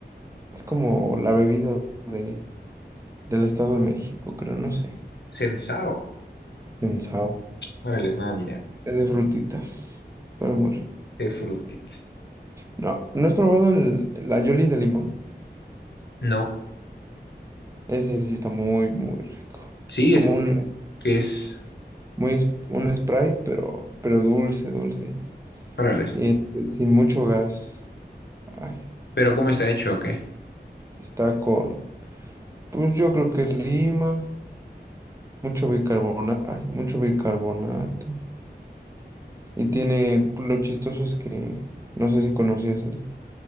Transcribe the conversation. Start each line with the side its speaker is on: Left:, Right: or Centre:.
Right: Es como la bebida de, del Estado de México, creo, no sé.
Left: Sensao.
Right: Sensao.
Left: Órale, nada, ni idea.
Right: Es de frutitas. Sabe muy rico.
Left: De Fructit.
Right: No, ¿no has probado el- la Yoli de limón?
Left: No.
Right: Ese sí está muy, muy rico.
Left: Sí,
Right: Es como
Left: es
Right: Sí. un,
Left: que es.
Right: muy, es- un Sprite, pero, pero dulce, dulce.
Left: Órale.
Right: Y este, sin mucho gas. Ay,
Left: Pero ¿cómo está hecho o qué?
Right: está con, pues yo creo que es lima, mucho bicarbonato, ay, mucho bicarbonato. Y tiene, pues, lo chistoso es que, no sé si conocías el